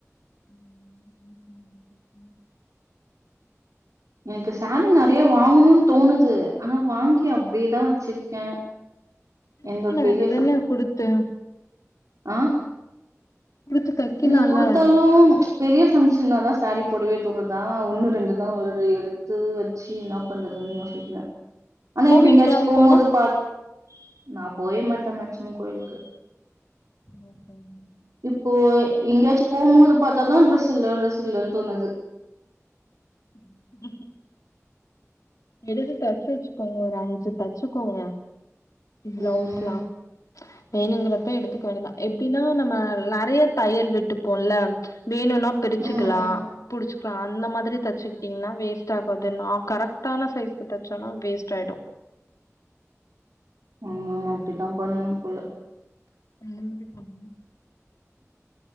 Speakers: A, on the left; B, on the right.
A: உம் உ <inaudible>
B: எனக்கு சாரீ நிறைய வாங்கணும்னு தோணுது ஆனா வாங்கி அப்படியேதான் வச்சிருக்கேன்
A: இது
B: எந்த
A: பண்ண
B: பெரிய
A: வேண்டியதானே குடுத்து
B: ஆஹ் <unintelligible>
A: குடுத்து தைக்கலால்ல
B: இல்ல கொடுத்தாலும் பெரிய ஃபங்க்ஷன் தான் சாரீ பொடிவே தூர தான் ஒண்ணு ரெண்டு தான் வருது எடுத்து வச்சு என்ன பண்றதுன்னு யோசிக்கறேன் ஆனா
A: கோவிலுக்குலா
B: இப்ப எங்கேயாச்சும் போகும்போது
A: போனா
B: பார்த்து நான் போயே மாட்டேன் மேக்ஸிமம் கோயிலுக்கு
A: ஓகே <inaudible>
B: இப்போ எங்கேயாச்சும் போகும்போது பார்த்தாதான் ட்ரெஸ் இல்லை ட்ரெஸ் இல்லன்னு தோணுது
A: உம் <inaudible> எடுத்து தச்சு வச்சுக்கோங்க ஒரு அஞ்சு தச்சுக்கோங்க பிளவுஸ்லாம்
B: ம்.
A: வேணுங்கிறப்ப எடுத்துக்க வேண்டியதுதான் எப்படின்னா நம்ம நிறைய தையல் விட்டுப்போம்ல்ல வேணுனா பிரிச்சுக்கலா
B: ம்.
A: புடிச் ப்ப அந்த மாதிரி தச்சுக்கிட்டிங்கன்னா வேஸ்ட் ஆகாது நா கரெக்ட் கத்தான சைஸ்க்கு தைச்சோனா வேஸ்ட் ஆய்டும்
B: ஆமாம்மா அப்படித்தான் பண்ணனும் பொல
A: அந்த மாரி பண்ணு